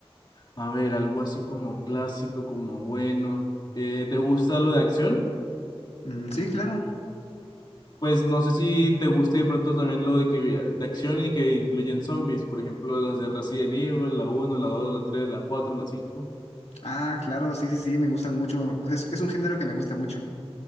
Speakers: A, on the left; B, on the left.
A: A ver, algo así como clásico, como bueno. Eh, ¿te gusta lo de acción?
B: Mm, sí, claro.
A: Pues no sé si te guste de pronto también lo de que de acción y que incluyen zombies, por ejemplo, las de Resident Evil, la uno la dos la tres la cuatro la cinco
B: Ah, claro, sí, sí, sí, me gustan mucho. O sea, es, es un género que me gusta mucho.